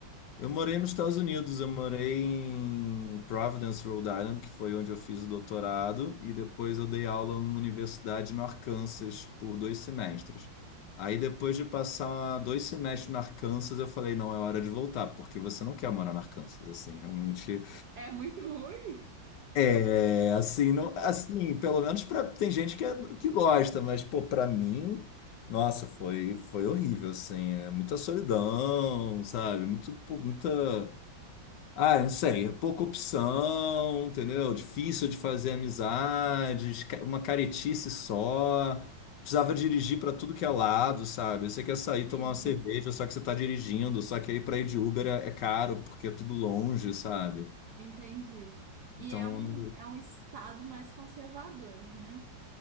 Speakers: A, on the left (about 65°); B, on the right (about 60°).
A: eu morei nos Estados Unidos, eu morei em Providence, Rhode Island, que foi onde eu fiz o doutorado, e depois eu dei aula numa universidade no Arkansas por dois semestres. Aí depois de passar dois semestres no Arkansas, eu falei, não, é hora de voltar, porque você não quer morar no Arkansas, assim, realmente.
B: É muito ruim?
A: É, assim, não, assim, pelo menos pra, tem gente que, é- que gosta, mas, pô, pra mim, nossa, foi, foi horrível, assim, é muita solidão, sabe? Muito, pô, muita. Ah, não sei, é pouca opção, entendeu? Difícil de fazer amizades, ca- uma caretice só. Precisava dirigir para tudo que é lado, sabe? Você quer sair tomar
B: Sim,
A: uma cerveja, só que você tá dirigindo, só que aí para ir de Uber é, é caro, porque é tudo longe, sabe?
B: entendi. E
A: Então,
B: é um, é um estado mais conservador, né?